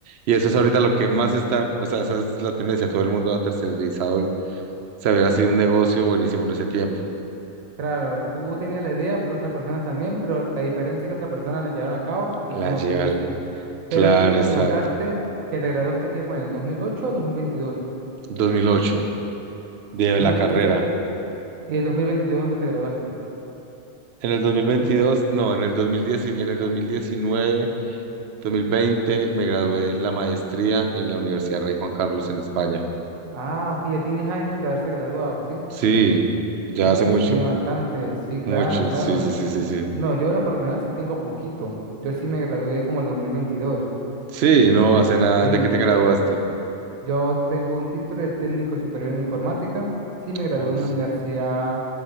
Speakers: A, on the right; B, on the right.
A: Y eso es ahorita lo que más está, o sea, esa es la tendencia. Todo el mundo ha tercerizado. Se sea, hubiera sido un negocio buenísimo en ese tiempo.
B: Claro, tú tenías la idea, pero otras personas también, pero la diferencia es que otras personas la llevaron a cabo y
A: La
B: tú no
A: llevan.
B: pudiste.
A: Claro,
B: Pero tú me
A: exacto.
B: comentaste que te graduaste, ¿qué fue? ¿En el 2008 o 2022?
A: 2008 de
B: Yo
A: la
B: escuché
A: carrera.
B: este, ¿y el 2022 dónde te graduaste?
A: En el dos mil veintidós,
B: Yo,
A: no, en el 2010, en el dos dos mil diecinueve, dos mil veinte, me gradué en la maestría en la Universidad Rey Juan Carlos en España.
B: ah, ok, ya tienes años de haberse graduado, ¿sí?
A: Sí, ya
B: Uf,
A: hace mucho,
B: tiene bastante, sí, claro,
A: mucho,
B: claro.
A: sí, sí, sí, sí, sí.
B: No, yo en lo personal sí tengo poquito. Yo sí me gradué como el 2022,
A: Sí, no hace nada,
B: sí.
A: ¿de qué te graduaste?
B: Yo tengo un título de técnico superior en informática. Sí, me gradué
A: Oh,
B: en una universidad